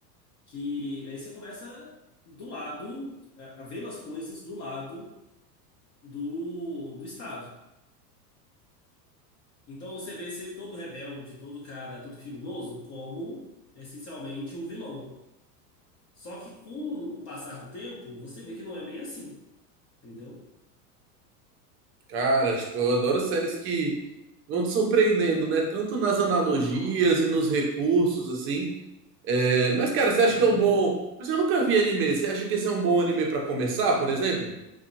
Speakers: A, on the left; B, on the right.
A: que aí você começa do lado, a a vendo as coisas do lado do, do Estado. Então você vê sempre todo rebelde, todo cara, todo criminoso como essencialmente um vilão. Só que com o passar do tempo, você vê que não é bem assim, entendeu?
B: Cara, tipo, eu adoro séries que vão te surpreendendo, né? Tanto nas analogias
A: Uhum.
B: e nos recursos, assim. É, Mas, cara, você
A: Sim.
B: acha que é um bom. Mas eu nunca vi anime. Você acha que esse é um bom anime pra começar, por exemplo?